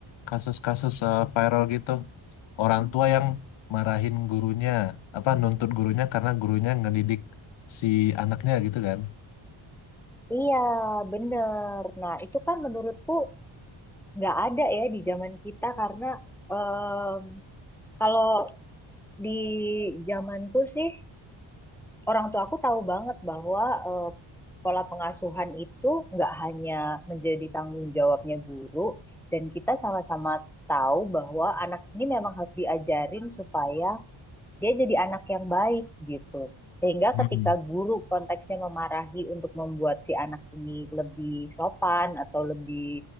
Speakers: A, on the left (about 65°); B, in the centre.
A: kasus-kasus eh, viral gitu. Orang tua yang marahin gurunya, apa nuntut gurunya karena gurunya ngedidik si anaknya gitu kan.
B: Iya, bener. Nah, itu kan menurutku nggak ada ya di zaman kita karena em, kalau di zamanku sih orang tua aku tahu banget bahwa eh, pola pengasuhan itu nggak hanya menjadi tanggung jawabnya guru, dan kita sama-sama tahu bahwa anak ini memang harus diajarin supaya dia jadi anak yang baik gitu. Sehingga
A: Hmm.
B: ketika guru konteksnya memarahi untuk membuat si anak ini lebih sopan atau lebih